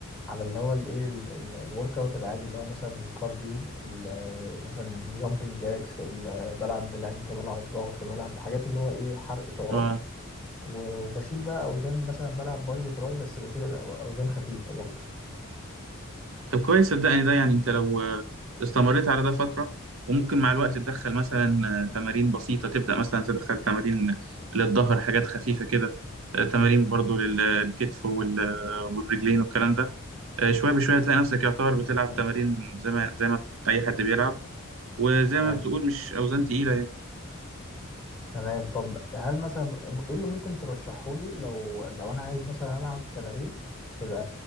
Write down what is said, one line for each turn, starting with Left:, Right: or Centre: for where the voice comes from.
Centre: على اللي هو الايه الورك اوت العادي اللي هو مثلا الكارديو ال- مثلا الجامبنج جاكس ال- بلعب بلانك بلعب ضغط بلعب حاجات اللي هو ايه حرق سعرات
Right: اه
Centre: و- وبشيل بقى اوزان مثلا بلعب باي وتراي بس بشيل اوزان خفيفه برضه
Right: طب كويس صدقني ده يعني انت لو آه، استمريت على ده فتره وممكن مع الوقت تدخل مثلا آه، تمارين بسيطه تبدا مثلا تدخل تمارين للظهر حاجات خفيفه كده آه، تمارين برضو لل- للكتف وال- والرجلين والكلام ده آه، شوية بشوية تلاقي نفسك يعتبر بتلعب
Centre: تمام.
Right: تمارين زي ما زي ما أي حد بيلعب وزي
Centre: تمام
Right: ما بتقول مش أوزان تقيلة يعني
Centre: تمام طب هل مثلا ايه اللي ممكن ترشحه لي لو لو انا عايز مثلا العب تمارين تبقى